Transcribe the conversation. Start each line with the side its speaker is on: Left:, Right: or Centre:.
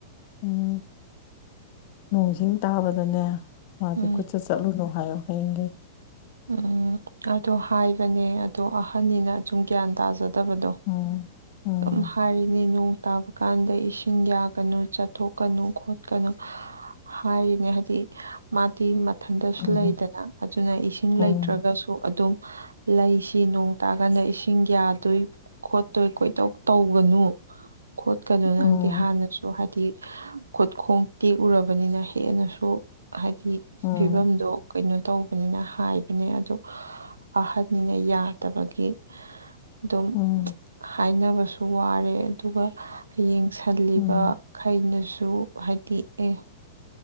Left: ꯎꯝ ꯅꯣꯡꯖꯤꯡ ꯇꯥꯕꯗꯅꯦ ꯃꯥꯗꯤ
Right: ꯎꯝ
Left: ꯈꯨꯠꯆ ꯆꯠꯂꯨꯅꯨ ꯍꯥꯏꯌꯣ ꯍꯌꯦꯡꯒꯤ
Right: ꯎꯝ ꯑꯗꯣ ꯍꯥꯏꯕꯅꯦ ꯑꯗꯣ ꯑꯍꯟꯅꯤꯅ ꯁꯨꯝ ꯒ꯭ꯌꯥꯟ ꯇꯥꯖꯗꯦ ꯐꯠꯇꯕꯗꯣ
Left: ꯎꯝ ꯎꯝ
Right: ꯑꯗꯨꯨꯝ ꯍꯥꯏꯔꯤꯅꯦ ꯅꯣꯡ ꯇꯥꯕ ꯀꯥꯟꯗ ꯏꯁꯤꯡ ꯌꯥꯒꯅꯨ ꯆꯥꯊꯣꯛꯀꯅꯨ ꯈꯣꯠꯀꯅꯨ ꯍꯥꯏꯔꯤꯅꯦ ꯍꯥꯏꯗꯤ ꯃꯥꯗꯤ ꯃꯊꯟꯇꯁꯨ
Left: ꯎꯝ
Right: ꯂꯩꯗꯅ ꯑꯗꯨꯅ ꯏꯁꯤꯡ
Left: ꯎꯝ
Right: ꯂꯩꯇ꯭ꯔꯒ ꯑꯗꯨꯝ ꯂꯩꯁꯤ ꯅꯣꯡ ꯇꯥꯀꯥꯟꯗ ꯏꯁꯤꯡ ꯌꯥꯗꯣꯏ ꯈꯣꯠꯇꯣꯏ ꯀꯣꯏꯗꯧ ꯇꯧꯒꯅꯨ ꯈꯣꯠꯀꯅꯨ ꯅꯪꯗꯤ
Left: ꯎꯝ
Right: ꯍꯥꯟꯅꯁꯨ ꯍꯥꯏꯗꯤ ꯈꯨꯠꯈꯣꯡ ꯇꯦꯛꯎꯨꯔꯕꯅꯤꯅ ꯍꯦꯟꯅꯁꯨ ꯍꯥꯏꯗꯤ
Left: ꯎꯝ
Right: ꯐꯤꯕꯝꯗꯣ ꯀꯩꯅꯣ ꯇꯧꯕꯅꯤꯅ ꯍꯥꯏꯕꯅꯦ ꯑꯗꯨ ꯑꯍꯟꯅꯤꯅ ꯌꯥꯗꯕꯒꯤ ꯑꯗꯨꯝ
Left: ꯎꯝ
Right: ꯍꯥꯏꯅꯕꯁꯨ ꯋꯥꯔꯦ ꯑꯗꯨꯒ ꯍ ꯌꯦꯡꯁꯤꯜꯂꯤꯕ
Left: ꯎꯝ
Right: ꯈꯩꯅꯁꯨ ꯍꯥꯏꯗꯤ ꯑꯦ